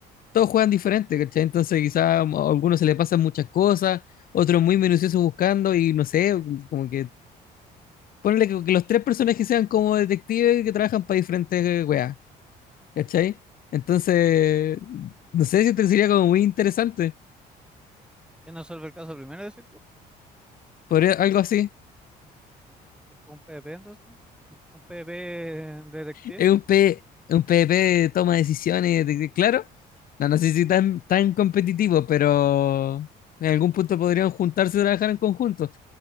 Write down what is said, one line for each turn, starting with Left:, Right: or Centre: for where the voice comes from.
Left: todos juegan diferente, ¿cachai? Entonces quizá a algunos se les pasan muchas cosas, otros muy minuciosos buscando y no sé, como que ponle que, que los tres personajes sean como detectives que trabajan para diferentes eh, weas, ¿cachai? Entonces, no sé si te sería como muy interesante,
Centre: ¿Quién resuelve el caso primero, decir tú?
Left: podría, algo así.
Centre: ¿Es un PvP entonces? ¿no? ¿Un PvP detective?
Left: Es un, P, un PvP de toma de decisiones, de- de- claro, no, no sé si tan, tan competitivo, pero en algún punto podrían juntarse y trabajar en conjunto.